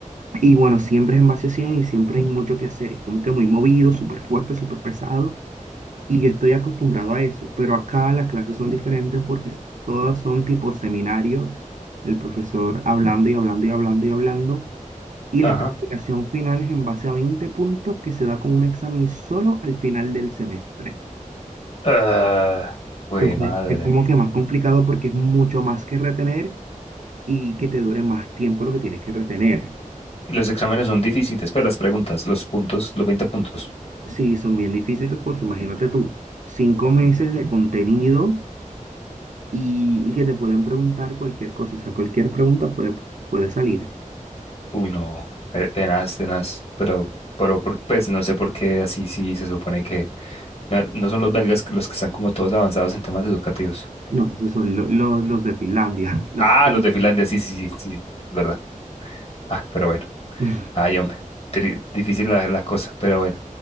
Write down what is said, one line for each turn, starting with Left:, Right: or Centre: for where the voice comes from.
Right: y bueno, siempre es en base a 100 y siempre hay mucho que hacer, es como que muy movido, súper fuerte, súper pesado. Y yo estoy acostumbrado a eso, pero acá las clases son diferentes porque todas son tipo seminario, el profesor hablando y hablando y hablando y hablando, y
Left: Ajá.
Right: la calificación final es en base a 20 puntos que se da con un examen solo al final del semestre.
Left: Ah, güey,
Right: Entonces,
Left: madre.
Right: es como que más complicado porque es mucho más que retener y que te dure más tiempo lo que tienes que retener.
Left: Y Los exámenes son difíciles, pero las preguntas, los puntos, los 20 puntos.
Right: Sí, son bien difíciles porque imagínate tú, cinco meses de contenido y, y que te pueden preguntar cualquier cosa, o sea, cualquier pregunta puede, puede salir.
Left: Uy, no, pe- tenaz, tenaz, pero, pero por- pues no sé por qué así sí se supone que no, no son los belgas los que están como todos avanzados en temas educativos.
Right: No, esos son lo- lo- los de Finlandia, <laughs> los...
Left: Ah,
Right: Sí,
Left: los de Finlandia, sí, sí, sí, sí, verdad. Ah, pero bueno,
Right: <laughs>
Left: ay, hombre, tri- difícil la, la cosa, pero bueno.